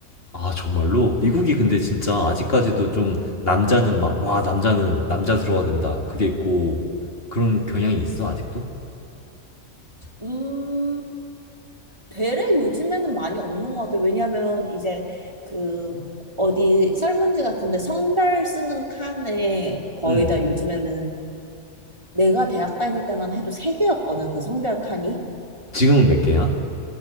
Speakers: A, on the left (about 45°); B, on the right (about 20°).
A: 아, 정말로? 미국이 근데 진짜 아직까지도 좀 남자는 막, 와, 남자는 남자스러워야 된다. 그게 있고, 그런 경향이 있어, 아직도?
B: 음, 되레 요즘에는 많이 없는 것 같아. 왜냐면 이제 그 어디 설문지 같은데 성별 쓰는 칸에 거의
A: 음.
B: 다 요즘에는 내가 대학 다닐 때만 해도 세 개였거든. 그 성별 칸이.
A: 지금은 몇 개야?